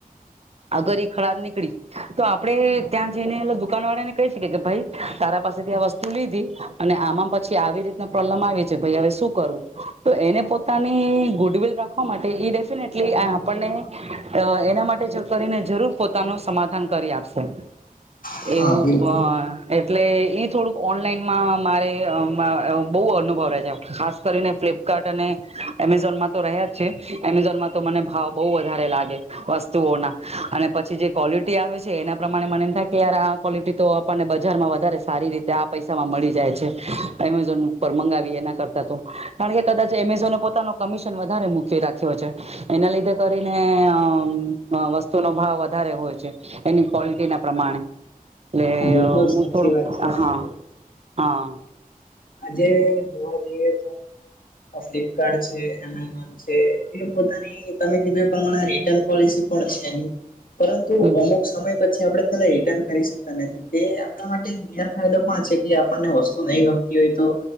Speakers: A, on the right; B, on the left.
A: આગર એ ખરાબ નીકળી તો આપડે ત્યાં જઈને એ દુકાન વાળા ને કહી શકીએ કે ભાઈ તારા પાસેથી આ વસ્તુ લીધી અને આમાં પછી આવી રીતના પ્રોબ્લમ આવી છે ભાઈ હવે શું કરવું તો એને પોતાની ગુડવિલ રાખવા માટે ડેફિનેટલી આપણને એના માટે કરીને જરૂર પોતાનું સમાધાન કરી આપશે
B: હા
A: એવું
B: બિલકુલ.
A: હ એટલે ઈ થોડુંક ઓનલાઈન માં મારે બહુ અનુભવ રહે છે ખાસ કરીને ફ્લિપકાર્ટ અને એમેઝોનમાં તો રહ્યા જ છે એમેઝોનમાં તો મને ભાવ બહુ વધારે લાગે વસ્તુઓના અને પછી જે ક્વોલિટી આવે છે એના પ્રમાણે મને એમ થાય કે યાર આ કવોલિટી તો આપણને બજારમાં વધારે સારી રીતે આ પૈસામાં મળી જાય છે એમેઝોન ઉપર મંગાવીએ એના કરતાં કારણ કે કદાચ એમેઝોને પોતાનો કમિશન વધારે મૂકી રાખ્યો છે એના લીધે કરીને અ વસ્તુનોો ભાવ વધારે હોય છે એની ક્વોલિટી ના પ્રમાણે એલે
B: બિલકુલ
A: હું
B: સાચી
A: થોડું
B: વાત છે તમારી.
A: હા હા
B: જે જોવા જઈએ ફ્લિપકાર્ટ છે એમેઝોન છે એ પોતાની તમે કીધ મા રિટર્ન પોલિસી પણ છે પરંતુ
A: હમ
B: અમુક સમય પછી આપણે તને રિટર્ન કરી શકીએ નથી તે આપણા માટે ગેરફાયદો પણ છે કે આપણને વસ્તુ નહીં ગમતી હોય તો